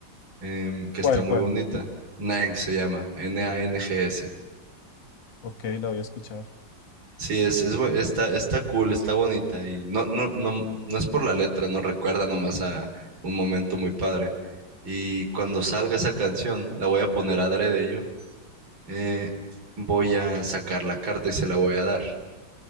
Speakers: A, on the right; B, on the left.
A: em, que
B: ¿Cuál,
A: está muy
B: cuál?
A: bonita. Nang se llama, N-A-N-G-S.
B: Ok, la voy a escuchar.
A: Sí, es, es bu- está, está cool, está bonita y no, no, no, no es por la letra, nos recuerda nomás a un momento muy padre. Y cuando salga esa canción, la voy a poner adrede yo, eh, voy a sacar la carta y se la voy a dar.